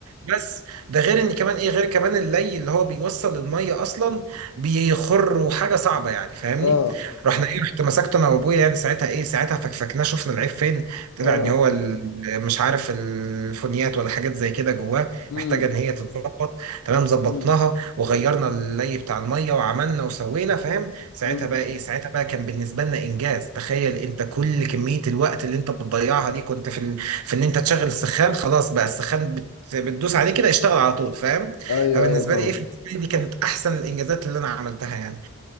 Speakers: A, on the right (about 80°); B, on the left (about 75°).
A: بس ده غير ان كمان ايه غير كمان اللي اللي هو بيوصل الميه اصلا بيخر وحاجه صعبه يعني فاهمني
B: اه
A: رحنا ايه رحت مسكته انا وابويا يعني ساعتها ايه ساعتها فكفكناه شفنا العيب فين طلع
B: اه
A: ان هو ال- مش عارف الفونيات ولا حاجات زي كده جواه
B: امم
A: محتاجه ان هي تتظبط تمام ظبطناها
B: امم
A: وغيرنا اللي بتاع الميه وعملنا وسوينا فاهم ساعتها
B: أمم.
A: بقى ايه ساعتها بقى كان بالنسبه لنا انجاز تخيل انت كل كميه الوقت اللي انت بتضيعها دي كنت في في ان انت تشغل السخان خلاص بقى السخان بت... بتدوس عليه كده اشتغل على طول فاهم
B: ايوه
A: فبالنسبه
B: ايوه فاهم
A: لي ايه بالنسبه لي دي كانت احسن الانجازات اللي انا عملتها يعني